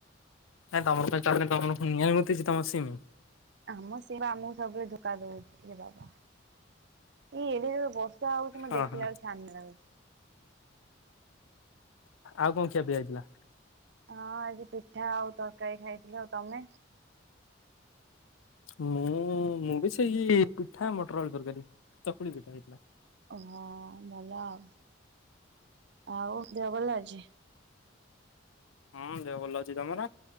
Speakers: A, on the left (about 85°); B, on the right (about 55°).
A: କାଇଁ ତମର କଣ ଚଲୁନି ତମର ଫୁଣି ନିଆରେ ବତିଛି ତମ ସିମ
B: ଆମ ଶିରା ଆମକୁ ସବୁବେଳେ ଧୋକା ଦଉଛି ଇରେ ବାବା ଇଏ ଏଡେ ଜୋର ରେ ବର୍ଷା ହଉଛି
A: ହଁ
B: ଦେଖିଲା
A: ହଁ।
B: ବେଳକୁ ଛାନିଆ ଲାଗୁଛି
A: ଆଉ କଣ ଖିଆ ପିଆ ହେଇଥିଲା?
B: ହଁ ଆଜି ପିଠା ଆଉ ତରକାରୀ ଖାଇଥିଲ ଆଉ ତମେ
A: ମୁଁ ମୁଁ ବି ସେଇ ପିଠା ମଟର ଆଳୁ ତରକାରୀ ଚକୁଳି ପିଠା ହେଇଥିଲା
B: ହହ ଭଲ ଆଉ ଆଉ ଦେହ ଭଲ ଅଛି
A: ହଁ ଦେହ ଭଲ ଅଛି ତମର